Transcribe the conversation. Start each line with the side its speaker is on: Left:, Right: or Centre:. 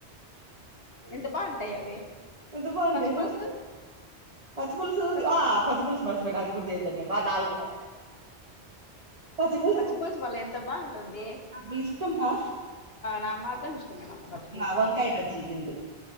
Left: ఎంత బా అ అవి
Right: ఎంత బాగుంటాయి
Left: పచ్చిపులుసు
Right: పా పచ్చిపులుసు
Left: ప
Right: ఆ పచ్చిపులుసు మర్చిపోయిన అది కూడా చేయొద్దన్నాడు వా నాలుగు పచ్చిపులుసు
Left: పచ్చిపుల్సు వాళ్ళ ఎంత బాగుంటంది
Right: అసలు ఇష్టం పా
Left: నా మాక ఇష్టమేమ పచ్చిపులుసు
Right: ఆ వంకాయ బజ్జీ తిండు